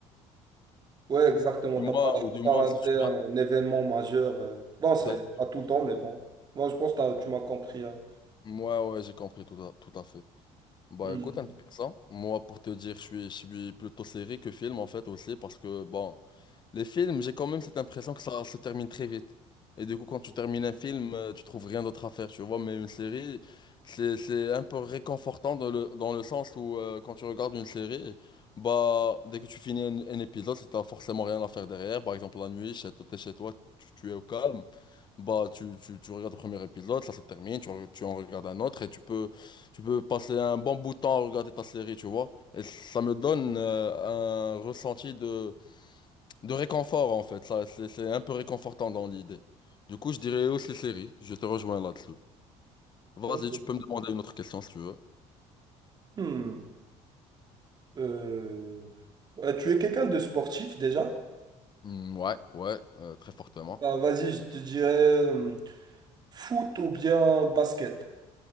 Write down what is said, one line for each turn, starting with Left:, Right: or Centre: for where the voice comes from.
Right: Ouais, exactement.
Left: Du
Right: T'as
Left: moins,
Right: pas, t'as
Left: ou du
Right: pas
Left: moins,
Right: raté
Left: si tu
Right: un
Left: rates.
Right: événement majeur. euh. Bon, c'est
Left: Exact.
Right: à tout le temps, mais bon. Moi, je pense que t'as- tu m'as compris. hein.
Left: Ouais, ouais, j'ai compris tout à, tout à fait. Bah
Right: Hmm.
Left: écoute, intéressant. Moi, pour te dire, je suis, je suis plutôt série que film en fait aussi, parce que bon, les films, j'ai quand même cette impression que ça se termine très vite. Et du coup, quand tu termines un film, euh, tu trouves rien d'autre à faire, tu vois. Mais une série, c'est, c'est un peu réconfortant dans le, dans le sens où euh, quand tu regardes une série, bah dès que tu finis un, un épisode, si t'as forcément rien à faire derrière, par exemple la nuit, chez, toi, t'es chez toi, tu, tu es au calme, bah tu, tu, tu regardes le premier épisode, ça se termine, tu, re- tu en regardes un autre et tu peux. Tu peux passer un bon bout de temps à regarder ta série, tu vois. Et ça me donne euh, un ressenti de, de réconfort, en fait. Ça, c'est, c'est un peu réconfortant dans l'idée. Du coup, je dirais aussi série. Je te rejoins là-dessus. Vas-y,
Right: Ok.
Left: tu peux me demander une autre question si tu veux.
Right: Hmm. Euh, euh, tu es quelqu'un de sportif déjà?
Left: Hmm, ouais, ouais, euh, très fortement.
Right: Bah, vas-y, je te dirais euh, foot ou bien basket.